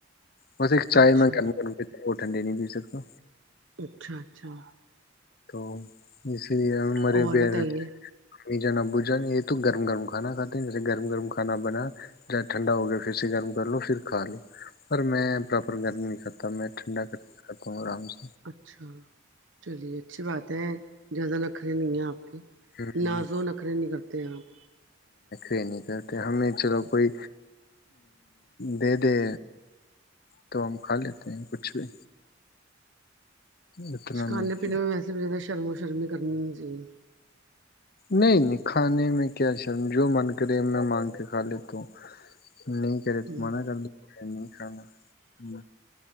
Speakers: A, on the left (about 50°); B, on the right (about 70°).
A: وہ چائے
B: اچھا
A: میں گ ٹنڈی نہیں پی سکتا
B: اچھا اچھا
A: تو اس جھیک ہے ہم مرے
B: اور
A: بھی
B: بتائیے
A: ن جان ابو جان یہ تو گرم گرم کھانا کھاتے ہیں جیسے گرم گرم کھانا بنا جاہے ٹھنڈا ہو گیا پھر سے گرم کر لو پھر کھا لو پر میں پراپر گرم نہیں کاتا میں ٹھنڈا کر کے کھاتا ہوں آرام سے
B: اچھا چلیے اچھی بات ہے زیادہ لکھریں نہیں ہیں آپ
A: ہے۔ ہوں،
B: نازو نخرے نہیں کرتا تے ہیں آپ
A: ے نہیں کرتے ہمیں چلو کوئی دے دے تو ہم کھا لیتے ہیں کچھ بھی اتنا
B: کھانے
A: نہیں
B: پینے میں ویسے بھی زیادہ شرم و شرمی کرنی ہو چاہیے
A: نہیں نہیں کھانے میں کیا شرم جو من کرے میں مانگ کے کھا لیتا ہ نہیں کرے تو
B: ہ
A: منع کر نہیں کھانا